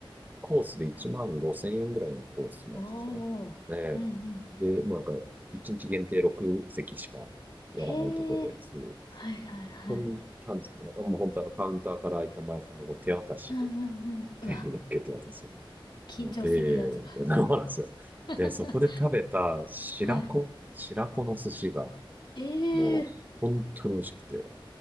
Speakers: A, on the right; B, on the left.
A: コースで1万5千円ぐらいのコースのやつですかね。
B: おー。
A: で、
B: うんうん。
A: で、もうなんか、1日限定6席しかやらないとこで、
B: へえ。
A: そう。
B: はいはいはい。
A: ここに行ったんですよ。もう本当あのカウンターから開いた前さんがこう手渡しで、
B: うんうんうん。
A: 手に乗っけて渡すよね。
B: うわ、緊張するやつだ。
A: ので、そうなんですよ。
B: <laughs>
A: で、そこで食べた白子、
B: はい。
A: 白子の寿司が、
B: ええ
A: もう、本当に美味しくて、